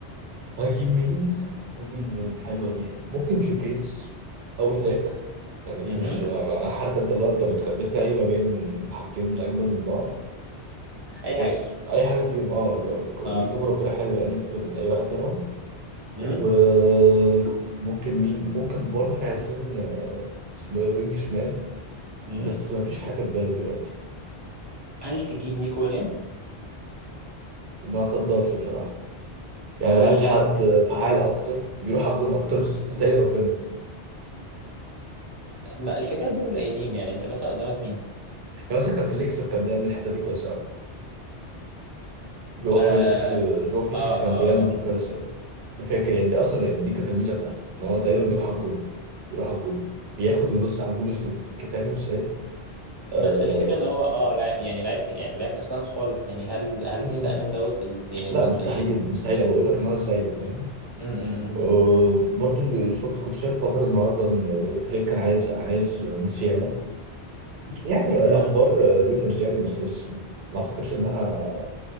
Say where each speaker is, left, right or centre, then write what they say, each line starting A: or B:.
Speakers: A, on the right; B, on the right.
A: هجيب مين هجيب مين حلوه دي ممكن جوكيرس او ايزاك يعني
B: اها
A: مش أنا عارف انت اللي هو انت بتخ... بتلاقي ما بين حاجتين اجمد من بعض
B: اي
A: بس
B: حاجة
A: اي حاجه فيهم اه لو- اللي
B: اه
A: يجيبه ربنا حلو يعني بين اي واحد منهم
B: امم
A: وممكن مين ممكن برضه احنا عايزين آه، اسمه ايه وينج شمال
B: امم
A: بس مفيش حاجه في بالي دلوقتي
B: هل تجيب نيكو ويليامز
A: ما افضلش بصراحه يعني
B: ولا
A: انا عايز حد فعال
B: مم.
A: اكتر بيروح على الجون اكتر زي رافينيا
B: ما الفكرة دول قليلين يعني انت مثلا قدامك مين؟
A: يعني مثلا كان فيليكس كان بيعمل الحته دي كويسه على فكره جواو
B: اه
A: فيليكس جواو فيليكس
B: اه
A: كان
B: اه,
A: بيعمل
B: آه.
A: دي كويسه أنا فاكر يعني دي اصلا يعني دي كانت الميزه بتاعته ان هو دايما بيروح على الجون بيروح على الجون بياخد ويبص على الجون يشوط كيف فاهم ازاي؟ آه...
B: بس الفكرة ان هو اه لا يعني لعيب ك- يعني لعيب كسلان خالص يعني هل هل
A: مم.
B: تستأمن ده وسط ال... يعني
A: لا
B: وسط
A: مستحيل
B: ال
A: مستحيل أبقى اقول لك ان هو زيه فاهم
B: مم، مم،
A: آه... برضو اللي شفت كنت شايف خبر النهارده ان فليك كان عايز عايز موسيالا يعني اخبار
B: مم. مم.
A: ريومرز يعني بس بس ما اعتقدش انها